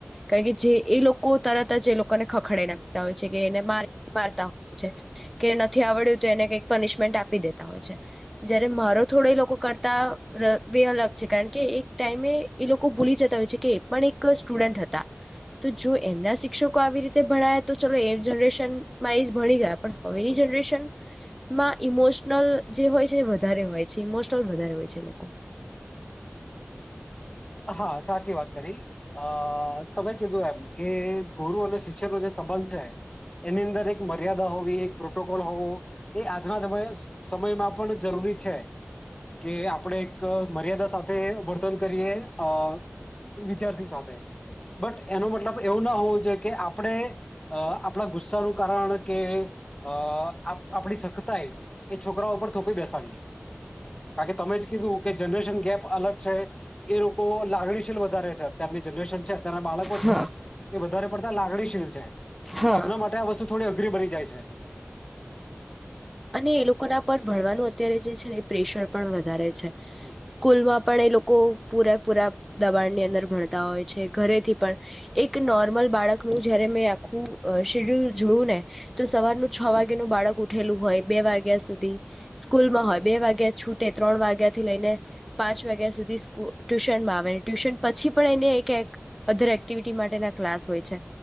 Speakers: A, in the centre; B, on the left (about 20°).
A: કારણ કે જે એ લોકો તરત.. ને ખખડાઇ નાખતા હોય છે કે એને મા મારતા હોય છે કે નથી આવડ્યું તો એને કક પનિશમેન્ટ આપી દેતા હોય છે જયારે મારો થોડો લોકો કરતા બે અલગ છે કારણ કે એક ટાઈમે એ લોકો ભૂલી જતા હોય છે કે એ પણ એક સ્ટુડન્ટ હતા તો જો એમના.. શિક્કો આવી રીતે ભણયા તો ચાલ એ જનરેશનમાં એ જ ભણી ગયા પણ હવેની જનરેશનમાં ઈમોશનલ જે હોય છે વધારે હોય છે ઇમોશનલ વધારે હોય છે લોકો
B: હા સાચી વાત કરી અ તમે કીધું એમ કે ગુરુ અને શિષ્યનો જે સંબંધ છે એની અંદર એક મર્યાદા હોવી એક પ્રોટોકોલ હોવો એ આજના સમય સમયમાં પણ જરૂરી છે કે આપણે એક મર્યાદા સાથે વર્તન કરીએ.. અ વિદ્યાર્થી સાથે બટ એનો મતલબ એવું ના હોવું જોઈએ કે આપણે અ આપણા ગુસ્સાનું કારણ કે અ આપણી સખ્તાએ એ છોકરાઓ ઉપર થોપી બેસાડીએ કારણ કે તમે જ કીધું કે જનરેશન ગેપ અલગ છે એ.. લોકો લાગણીશીલ વધારે છે અતારની જનરેશન છે. તેના બાળકો
A: હા
B: છે. એ વધારે પડતા લાગણીશીલ છે.
A: હા
B: તો એમના માટે આ વસ્ થોડી અઘરી બની જાય છે
A: અને એ લોકોના પર ભણવાનું અત્યારે જે છે ને એ પ્રેશર પણ વધારે
B: છે
A: સ્કૂલમાં પણ એ લોકો... લોકો પૂરેપૂરા દબાણની અંદર ભણતા હોય છે ઘરેથી પણ એક નોર્મલ બાળકનું જયારે મેં આખું શેડ્યુલ અ જોયું ને તો સવારનું છ વાગેનું બાળક ઉઠેલું હોય બે વાગ્યા સુધી સ્કૂલમાં હોય બે વાગ્યા છૂટે ત્રણ વાગ્યા થી લઈને પાંચ વાગ્યા સુધી સ્કૂલ ટ્યુશનમાં આવે ટ્યુશન પછી પણ એને એક અધર એક્ટિવિટી માટેના ક્લાસ હોય છે